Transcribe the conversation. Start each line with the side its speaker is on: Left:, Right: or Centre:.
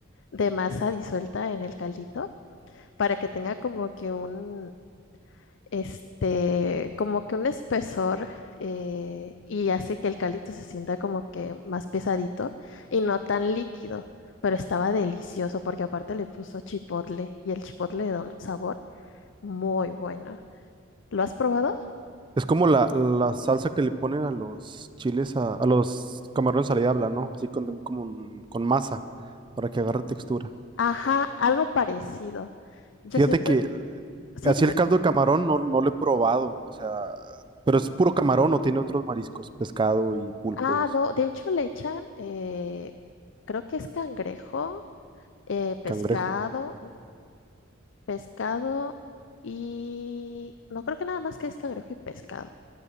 Left: de masa disuelta en el caldito para que tenga como que un este, como que un espesor eh, y hace que el caldito se sienta como que más pesadito y no tan líquido, pero estaba delicioso porque aparte le puso chipotle y el chipotle le da un sabor muy bueno. ¿Lo has probado?
Right: Es como la, la salsa que le ponen a los chiles, a, a los camarones a la diabla, ¿no? Así con, como un- con masa, para que agarre textura.
Left: Ajá, algo parecido. Yo
Right: Fíjate
Left: siento,
Right: que
Left: sí,
Right: así
Left: dime.
Right: el caldo de camarón no, no lo he probado, o sea, pero es puro camarón o tiene otros mariscos, pescado y pulpo
Left: Ah,
Right: y eso,
Left: no, de hecho le echan, eh, creo que es cangrejo, eh, pescado.
Right: cangrejo.
Left: pescado y no creo que nada más que es cangrejo y pescado.